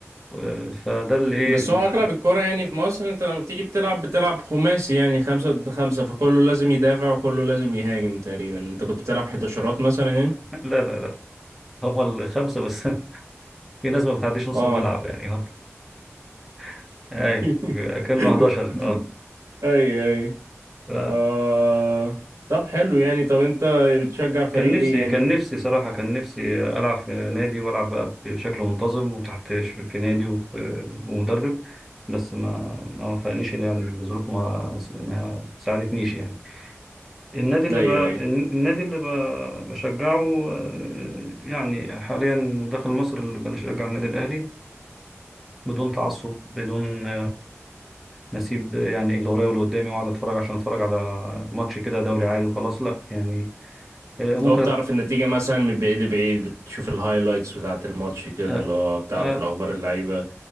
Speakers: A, in the centre; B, on the right.
A: آه، فده اللي ايه
B: بس هو اغلب الكرة يعني في مصر انت لما بتيجي بتلعب بتلعب خماسي يعني خمسة ضد خمسة فكله لازم يدافع وكله لازم يهاجم تقريبا انت كنت بتلعب حداشرات مثلا يعني
A: لا لا لا هما الخمسة بس <laughs> في ناس ما بتعديش نص
B: اه
A: الملعب يعني <laughs> اي
B: <laughs>
A: كانوا 11 اه
B: اي اي
A: ف...
B: آه... طب حلو يعني طب انت بتشجع فريق
A: كان نفسي
B: ايه يعني
A: كان نفسي صراحة كان نفسي ألعب في نادي وألعب بقى بشكل منتظم وتحت ش- في نادي وفي ومدرب بس ما ما وفقنيش يعني الظروف ما ما ساعدتنيش يعني النادي اللي
B: ايوه
A: ب...
B: ايوه
A: النادي اللي ب... بشجعه آه، يعني حاليا داخل مصر اللي بنشجع النادي الأهلي بدون تعصب بدون نسيب يعني اللي ورايا واللي قدامي واقعد اتفرج عشان اتفرج على ماتش كده دوري عادي وخلاص لا يعني آه، ممكن
B: اللي هو بتعرف
A: أت...
B: النتيجة مثلا من بعيد لبعيد بتشوف الهايلايتس بتاعة الماتش كده
A: آه،
B: اللي هو بتعرف
A: آه،
B: الأخبار اللعيبة